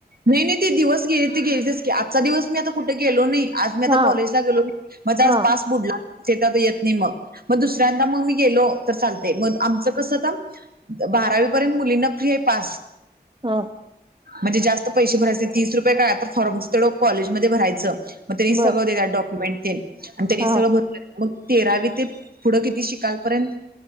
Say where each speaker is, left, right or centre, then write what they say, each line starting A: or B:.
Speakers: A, on the right (about 60°); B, on the right (about 30°).
A: नाही नाही ती दिवस गेली ती गेलीच की आजचा दिवस मी आता कुठे गेलो नाही आज मी आता
B: हा
A: कॉलेजला गेलो. माझा
B: हा
A: आज पास बुडला. ते आता येत नाही मग मग दुसऱ्यांदा मग मी गेलो तर चालते मग आमचं कसं तर. बारावी पर्यंत मुलींना फ्री आहे पास.
B: हा.
A: म्हणजे जास्त पैसे भरायचे तीस रुपये काय फॉर्म तेवढं कॉलेजमध्ये भरायचं. मग त्यांनी सगळं
B: बर
A: देतात डॉक्युमेंट तेन आणि त्यांनी
B: हा
A: सगळ भर. मग तेरावी ते पुढं किती शिकालपर्यंत.